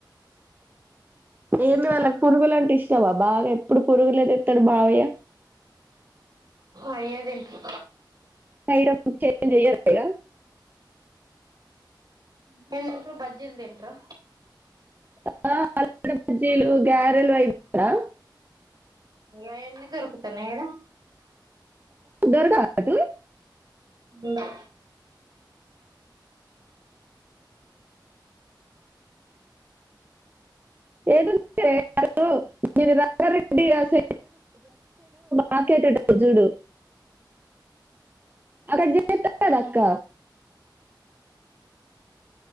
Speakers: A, on the right (about 25°); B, on the right (about 60°).
A: ఏమి వాళ్ళకి పురుగులు అంటే ఇష్టామా బాగా ఎప్పుడు పురుగులే దెత్తాడు బావయ్య
B: అయే దింట్రు
A: ఐటమ్స్ చేంజ్ చేయరా ఇగ
B: ఇంకేం తింట్రు బజ్జీలు తింట్రు
A: ఆ <unintelligible> డ బజ్జీలు గ్యారల్ అయి వద్దా
B: ఆయన్ని దరుకుతనే ఈడ
A: దొరకరాదు
B: ఉందా
A: ఏ డు ఉన్న ఏ <unintelligible> రంగారెడ్డి ఆర్ మాకెజుడు అక్కడ చేస్తా కదక్క